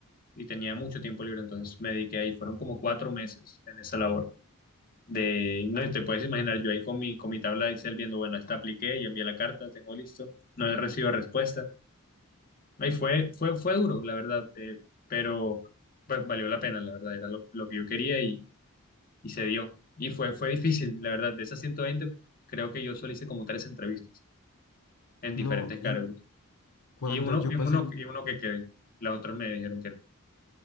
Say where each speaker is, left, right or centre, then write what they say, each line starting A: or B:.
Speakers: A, on the left; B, on the left.
A: y tenía mucho tiempo libre, entonces me dediqué ahí, fueron como cuatro meses en esa labor. de, no te puedes imaginar, yo ahí con mi, con mi tabla de Excel viendo, bueno, esta apliqué, ya envié la carta, tengo listo, no he recibido respuesta. Ahí fue, fue, fue duro, la verdad, eh, pero pues valió la pena, la verdad, era lo, lo que yo quería y, y se dio. Y fue, fue difícil, la verdad, de esas 120 creo que yo solo hice como tres entrevistas en
B: No,
A: diferentes cargos.
B: y m- cuando
A: Y uno,
B: yo
A: y uno,
B: pasé,
A: y uno que quedé, las otras me dijeron que no.